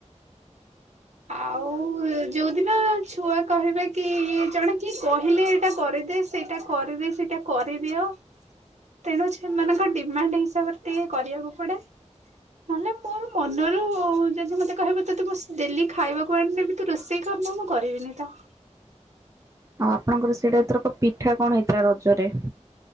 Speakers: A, on the right; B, on the right.
A: ଆଉ ଯୋଉ ଦିନ ଛୁଆ କହିବେ କି ଇଏ ଜଣେ କିଏ କହିଲେ ଏଇଟା କରିଦେ ସେଇଟା କରିଦେ ସେଇଟା କରିଦିଅ ତେଣୁ ସେମାନଙ୍କ ଡିମାଣ୍ଡ ହିସାବରେ ଟିକେ କରିବାକୁ ପଡେ। ନହେଲେ ମୋର ମନରୁ ଯଦି ମତେ କହିବ ତତେ ମୁଁ ଡେଲି ଖାଇବାକୁ ଆଣିଲେ ବି ତୁ ରୋଷେଇ କାମ ମୁଁ କରିବିନି ତ।
B: ଆଉ ଆପଣଙ୍କର ସେଇଟା ଧର ପିଠା କଣ ହେଇଥିଲା ରଜରେ।